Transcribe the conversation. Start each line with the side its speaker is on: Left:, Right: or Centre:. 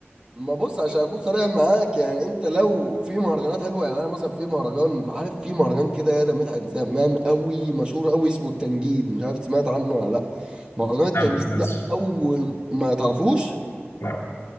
Right: ما بص عشان اكون صريح معاك يعني انت لو في مهرجانات حلوه يعني انا مثلا في مهرجان عارف في مهرجان كده ده مدحت زمان قوي مشهور قوي اسمه التنجيد مش عارف سمعت عنه ولا لا مهرجان التنجيد
Left: لا ما تسمعش.
Right: ده اول ما تعرفوش
Left: لا